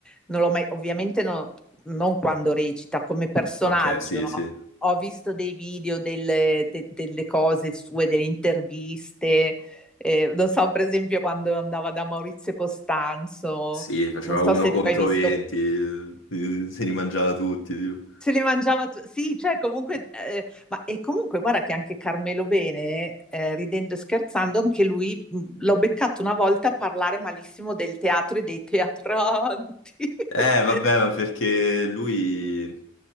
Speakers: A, in the centre; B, on the left.
A: non l'ho mai, ovviamente non, non quando recita, come personaggio,
B: Ok, sì,
A: no?
B: sì.
A: Ho visto dei video delle, de- delle cose sue, delle interviste, eh, non so, per esempio quando andava da Maurizio Costanzo,
B: Sì, faceva
A: non so
B: uno
A: se
B: contro
A: tu hai visto...
B: 20, eh, se li mangiava tutti, tipo.
A: Se li mangiava tu sì, cioè comunque ehm, ma e comunque guarda che anche Carmelo Bene, ehm, ridendo e scherzando, anche lui, mhmm, l'ho beccato una volta a parlare malissimo del teatro e dei teatranti.
B: Eh,
A: <laughs>
B: vabbè, ma perché lui,